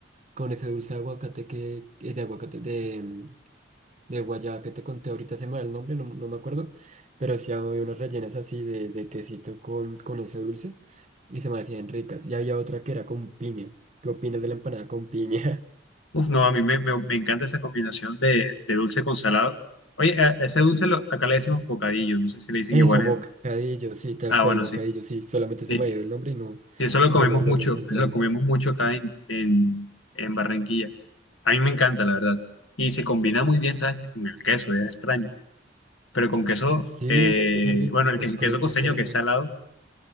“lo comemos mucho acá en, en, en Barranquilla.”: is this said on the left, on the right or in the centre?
Left